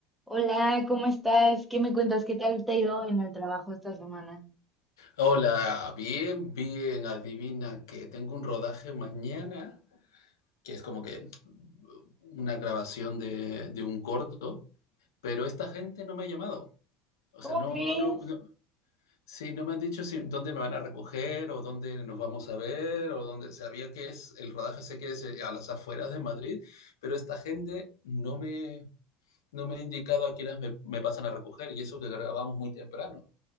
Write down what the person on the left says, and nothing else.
Hola, bien, bien, adivina que tengo un rodaje mañana, que es como que una grabación de, de un corto, pero esta gente no me ha llamado. O
sea, no,
no, no, sí, no me han dicho si, dónde me van a recoger o dónde nos vamos a ver o dónde, sabía que es, el rodaje sé que es eh, a las afueras de Madrid, pero esta gente no me, no me ha indicado a quiénes me, me pasan a recoger y eso que grabamos muy temprano.